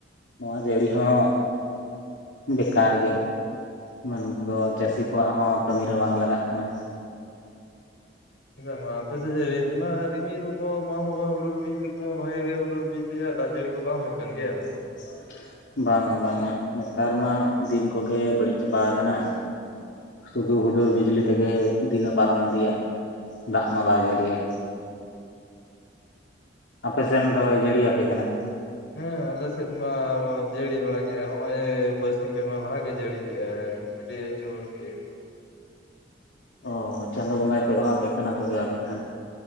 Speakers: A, on the left; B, on the left.
A: ᱱᱚᱣᱟ ᱡᱟᱹᱲᱤ ᱦᱚᱸ ᱵᱮᱠᱟᱨ ᱜᱮ ᱢᱮᱱᱫᱚ ᱪᱟᱹᱥᱤ ᱠᱚᱣᱟᱜ ᱦᱚᱸ ᱠᱟᱹᱢᱤ ᱨᱮ ᱵᱟᱝ ᱞᱟᱜᱟᱜ ᱠᱟᱱᱟ᱾
B: ᱪᱮᱫᱟᱜ ᱢᱟ ᱟᱯᱮ ᱥᱮᱫ ᱨᱤ ᱢᱟ ᱨᱤᱢᱤᱞ ᱠᱚ ᱢᱟ ᱦᱩᱰᱩᱨ ᱵᱤᱡᱽᱞᱤ ᱠᱚᱢᱟ ᱵᱷᱟᱜᱤ ᱜᱮ ᱦᱩᱰᱩᱨ ᱵᱤᱡᱽᱞᱤᱭᱟᱩ ᱫᱟᱜ ᱡᱟᱹᱲᱤ ᱫᱚ ᱵᱟᱝ ᱦᱩᱭᱩᱜ ᱠᱟᱱ ᱜᱮᱭᱟ
A: <inaudible> ᱵᱟᱝᱟ ᱵᱟᱝᱟ ᱱᱮᱛᱟᱨ ᱢᱟ ᱫᱤᱱ ᱠᱚᱜᱮ ᱵᱟᱹᱲᱤᱡ ᱪᱟᱵᱟ ᱟᱠᱟᱱᱟ᱾ ᱥᱩᱫᱩ ᱦᱩᱰᱩᱨ ᱵᱤᱡᱽᱞᱤ ᱛᱮᱜᱮ ᱫᱤᱱᱮ ᱯᱟᱨᱚᱢ ᱤᱫᱤᱭᱟ, ᱫᱟᱜ ᱢᱟ ᱵᱟᱭ ᱡᱟᱹᱲᱤᱭᱟ᱾ ᱟᱯᱮ ᱥᱮᱱ ᱫᱚᱭ ᱡᱟᱹᱲᱤᱭᱟᱤᱭᱟᱯᱮ ᱠᱟᱱᱟ
B: ᱦᱮᱸ, ᱟᱞᱮ ᱥᱮᱫ ᱢᱟ ᱡᱟᱹᱲᱤ ᱵᱟᱲᱟ ᱠᱮᱫᱮᱜᱟᱭ ᱦᱚᱸᱜᱼᱚᱭ ᱵᱟᱨᱥᱤᱧ ᱯᱮ ᱢᱟᱦᱟᱸ ᱞᱟᱦᱟ ᱜᱮ ᱡᱟᱹᱲᱤ ᱠᱮᱜ-ᱟᱭ ᱟᱹᱰᱤ ᱡᱳᱨ ᱜᱮ᱾
A: ᱚ, ᱪᱟᱸᱫᱚ ᱵᱚᱸᱜᱟ ᱠᱚᱭᱚᱜ ᱟᱯᱮ ᱠᱟᱱᱟ ᱛᱚᱵᱮ ᱟᱯᱮ ᱠᱷᱟᱱ